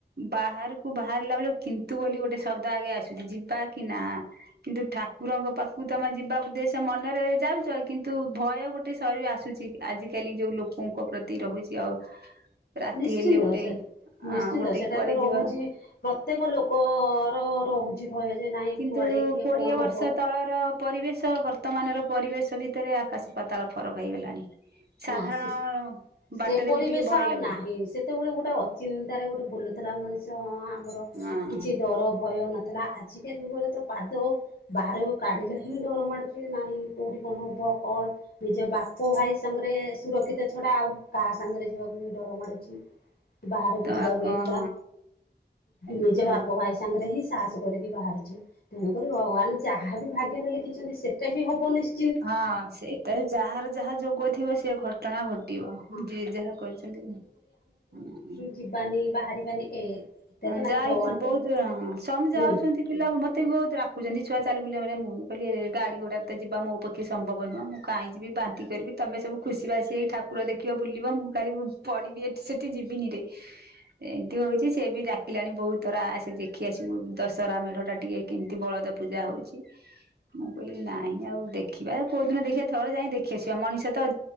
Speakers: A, on the right; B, on the left.
A: ବାହାରକୁ ବାହାରିଲା ବେଳକୁ କିନ୍ତୁ ବୋଲି ଗୋଟେ ଶବ୍ଦ ଆଗେ ଆସୁଛି ଯିବା କି ନା। କିନ୍ତୁ ଠାକୁରଙ୍କ ପାଖକୁ ତମେ ଯିବା ଉଦ୍ଦେଶ୍ୟ ମନରେ ଯାଉଛ କିନ୍ତୁ ଭୟ ଗୋଟେ ସରିରେ ଆସୁଛି। ଆଜିକାଲି ଯୋଉ ଲୋକଙ୍କ ପ୍ରତି ରହୁଛି ଆଉ ରାତି
B: ନିଶ୍ଚିନ୍ତ
A: ହେଲେ ଗୋଟେ
B: ସେ ନିଶ୍ଚିନ୍ତ
A: ଆ ଗୋଟେ
B: ସେଟା
A: କୁଆଡେ
B: ତ ରହୁଛି
A: ଯିବା
B: ପ୍ରତ୍ୟେକ ଲୋକର ରହୁଛି ଭୟ ଯେ ନାଇଁ
A: କିନ୍ତୁ
B: କୁଆଡ଼େ କିଏ
A: କୋଡିଏ
B: କଣ
A: ବର୍ଷ
B: ହବ।
A: ତଳର ପରିବେଶ ବର୍ତ୍ତମାନର ପରିବେଶ ଭିତରେ ଆକାଶ ପତାଳ ଫରକ ହେଇଗଲାଣି। ସାଧାରଣ
B: ନା ସେ ସେ
A: ବାଟରେ
B: ପରିବେଶ
A: ବି ଟିକେ ଭୟ
B: ଆଉ
A: ଲାଗୁଚି।
B: ନାହିଁ ସେତେବେଳେ ଗୋଟେ ଅଚିନ୍ତାରେ ଗୋଟେ ବୁଲୁଥିଲା ମଣିଷ। ହଁ ଆମର
A: ହଁ
B: କିଛି ଡର ଭୟ ନଥିଲା ଆଜିକା ଯୁଗରେ ତ ପାଦ ବାହରକୁ କାଢିଲେ ହିଁ ଡର ମାଡୁଛି ନାହିଁ କୋଉଠି କଣ ହବ କଣ ନିଜ ବାପ ଭାଇ ସାଙ୍ଗରେ ସୁରକ୍ଷିତ ଛଡା ଆଉ କାହା ସାଙ୍ଗରେ ଯିବାକୁ ବି ଡର ମାଡୁଛି। ବାହାରକୁ
A: ତ
B: ଯିବାକୁ
A: ଆଉ କଣ
B: ଏକା।
A: ଏଇଟା
B: ନିଜ ବାପ ଭାଇ ସାଙ୍ଗରେ ହିଁ ସାହସ କରିକି ବାହାରୁଛୁ। ତେଣୁକରି ଭଗବାନ ଯାହାବି ଭାଗ୍ୟରେ ଲେଖିଛନ୍ତି ସେଟା ବି ହବ ନିଶ୍
A: ହଁ ସେଇଟା ଯାହାର ଯାହା ଯୋଗ ଥିବ ସେୟା ଘ ଘଟଣା ଘଟିବ
B: ହଁ
A: ଯିଏ ଯାହା କରିଚନ୍ତି <unintelligible>
B: ଯିବାନୀ ବାହାରିବାନି ଏ ଏଟା
A: ହଁ
B: ତ ନାଇଁ
A: ଯାଇଥିଲୁ
B: ଭଗବାନ ତ
A: ବହୁତ ସମ୍ ଯାଉଛନ୍ତି।
B: ହୁଁ
A: ପିଲା ବି ମତେ ବି ବହୁତ୍ <unintelligible> ଛୁଆ ଚାଲ୍ ବୁଲିଆ ମୁଁ କହିଲି ଗାଡ଼ି ଘୋଡ଼ାରେ ତ ଯିବା ମୋ ପ କିଛି ସମ୍ଭବ ନୁହଁ ମୁଁ କାଇଁ ଯିବି ବାନ୍ତି କରିବି, ତମେ ସବୁ ଖୁସି ବାସି ହେଇ ଠାକୁର ଦେଖିବ ବୁଲିବ ମୁଁ ଖାଲି ପଡିବି ଏଠି ସେଠି ଯିବିନିରେ ଏମିତି ହଉଛି। ସେ ବି ଡାକିଲାଣି ବହୁତ୍ ଥର ଆସେ ଦେଖି ଆସିବୁ ଦଶହରା ମେଢ ଟା ଟିକେ କେମ୍ତି ବଳଦ ପୂଜା ହଉଚି। ମୁଁ କହିଲି ନାଇଁ ଆଉ ଦେଖିବା ଆଉ କୋଉ ଦିନ ଦେଖିଆ ଥରେ ଯାଇଁ ଦେଖିଆସିବା ମଣିଷ ତ